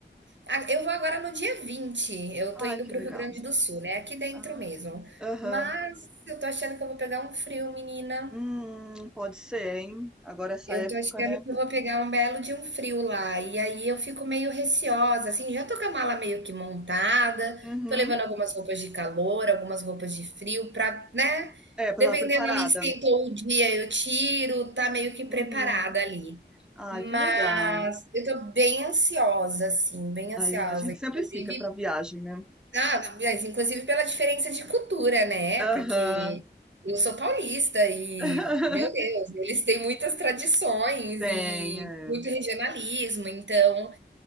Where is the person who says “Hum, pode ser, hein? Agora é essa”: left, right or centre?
Centre